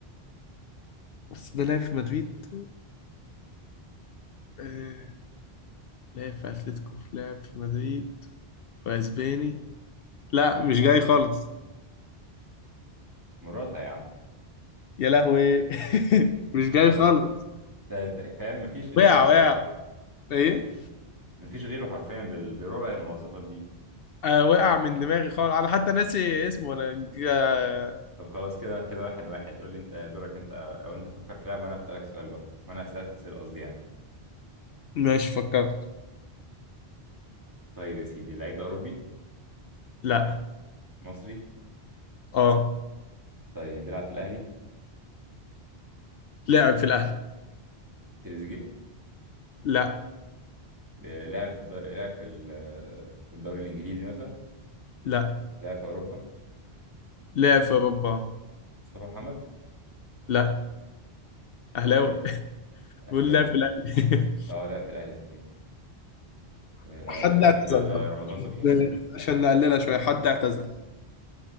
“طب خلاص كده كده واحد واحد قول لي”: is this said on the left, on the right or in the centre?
Right